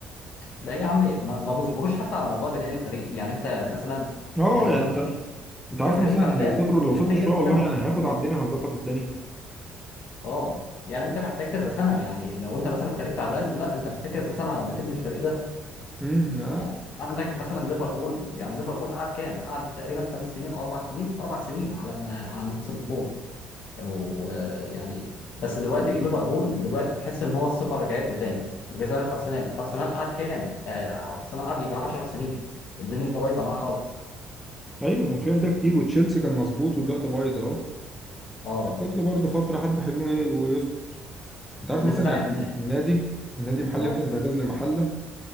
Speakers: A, on the left; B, in the centre.
A: لا يا عمي ما ما بصبروش حتى على موضوع بناء الفريق يعني انت مثلا
B: اه
A: آه، لو
B: يعني
A: انت
B: انت
A: عندك
B: انت عارف
A: كان فريق
B: مثلا
A: تعبان
B: لو صبروا لو صبروا
A: محتاج
B: شويه
A: كذا
B: والله
A: سنه
B: انا هياخد على الدنيا وهيظبط الدنيا
A: اه يعني انت محتاج كذا سنه يعني لو انت مثلا فريق تعبان لا انت محتاج كذا سنه لما تبني الفريق ده
B: امم آه.
A: يعني عندك مثلا ليفربول يعني ليفربول قعد كام؟ قعد تقريبا ثلاث سنين او اربع سنين اربع سنين على ما على ما كسب بطوله ويعني بس دلوقتي ليفربول دلوقتي تحس ان هو الثقه رجعت له تاني وكذلك ارسنال ارسنال قعد كام؟ آه، ارسنال قعد يجي 10 سنين الدنيا بايظه معاه خالص
B: ايوه ما في ده كتير وتشيلسي كان مظبوط ودلوقتي بايظ اهو
A: اه
B: هتاخد له برضه فتره حبه حلوين ويظبط انت عارف
A: من
B: مثلا
A: ساعه
B: يعني
A: ما
B: النادي النادي محلي
A: اه
B: مثلا زي غزل المحله